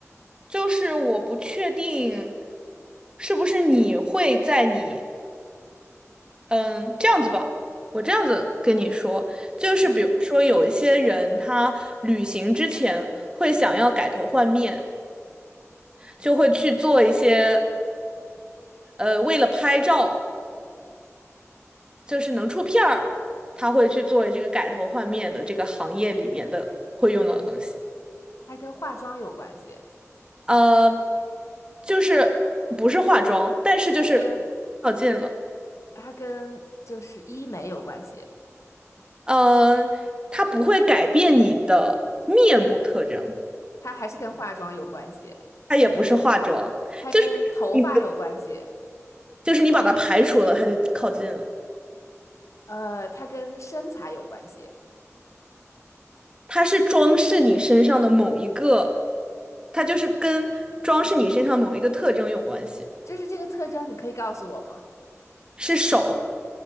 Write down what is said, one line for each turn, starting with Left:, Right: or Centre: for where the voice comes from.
Right: 就是我不确定是不是你会在你嗯这样子吧，我这样子跟你说，就是比如说有一些人他旅行之前会想要改头换面，
Left: 嗯，
Right: 就会去做一些呃为了拍照。就是能出片儿，他会去作为这个改头换面的这个行业里面的会用到的东西。
Left: 还跟化妆有关系。
Right: 呃，就是不是化妆，但是就是
Left: 它跟
Right: 靠近了。
Left: 它跟就是医美有关系，
Right: 呃，它不会改变你的面部特征，
Left: 它还是跟化妆有关系，
Right: 它也不是化妆，
Left: 它跟头发有关系，
Right: 就是你就是你把它排除了，它就靠近了。
Left: 呃，它跟身材有关系。
Right: 它是装饰你身上的某一个，它就是跟装饰你身上某一个特征有关系，
Left: 就是这个特征，你可以告诉我吗？
Right: 是手，